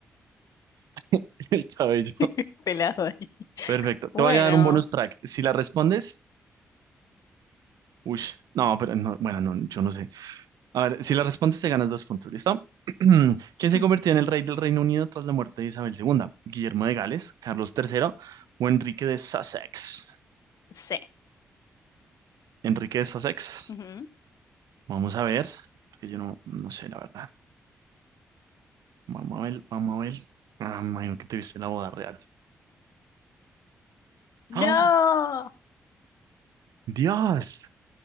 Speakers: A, on the right; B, on the left.
A: <laughs> El cabello.
B: <laughs> Pelado ahí.
A: Perfecto.
B: Bueno,
A: Te voy a dar un bonus track. Si la respondes, uy, no, pero no, bueno, no, yo no sé. A ver, si la respondes te ganas dos puntos, ¿listo? <clears throat> ¿Quién
B: <clears throat>
A: se convirtió en el rey del Reino Unido tras la muerte de Isabel II? ¿Guillermo de Gales, Carlos III o Enrique de Sussex?
B: sí.
A: Enrique de Sussex.
B: Ujú.
A: Vamos a ver, porque yo no, no sé la verdad. Vamos a ver, vamos a ver. Ah, me imagino que te viste la boda real.
B: ¡No!
A: ¡Ah! ¡Dios!